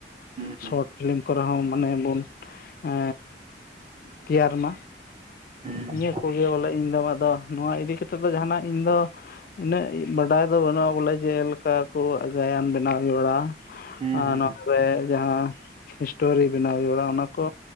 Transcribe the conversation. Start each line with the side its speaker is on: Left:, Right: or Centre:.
Right: ᱦᱩᱸ ᱦᱩᱸ ᱦᱩᱸ
Left: ᱥᱚᱨᱚᱴ ᱯᱷᱤᱞᱤᱢ ᱠᱚᱨᱮ ᱦᱚᱸ ᱢᱟᱱᱮ ᱵᱚᱱ ᱮ ᱛᱮᱭᱟᱨ ᱢᱟ᱾
Right: ᱦᱩᱸ ᱦᱩᱸ ᱦᱩᱸ
Left: ᱱᱤᱭᱟᱹ
Right: ᱦᱩᱸ
Left: ᱠᱚᱜᱮ ᱵᱚᱞᱮ ᱤᱧ ᱫᱚ ᱟᱫᱚ ᱱᱚᱣᱟ ᱤᱫᱤ ᱠᱟᱛᱮᱫ ᱫᱚ ᱡᱟᱦᱟᱱᱟᱜ ᱤᱧ ᱫᱚ ᱤᱱᱟᱹᱜ ᱵᱟᱰᱟᱭ ᱫᱚ ᱵᱟᱹᱱᱩᱜᱼᱟ ᱵᱚᱞᱮ ᱡᱮᱞᱮᱠᱟ ᱠᱚ ᱜᱟᱭᱟᱱ ᱵᱮᱱᱟᱣ ᱦᱩᱭ ᱵᱟᱲᱟ
Right: ᱦᱩᱸ
Left: ᱟ,
Right: ᱦᱩᱸ
Left: ᱱᱚᱣᱟ
Right: ᱦᱩᱸ
Left: ᱨᱮ ᱡᱟᱦᱟᱸ ᱥᱴᱳᱨᱤ ᱵᱮᱱᱟᱣ ᱦᱩᱭᱩᱵᱟᱲᱟ ᱟ ᱚᱱᱟ ᱠᱚ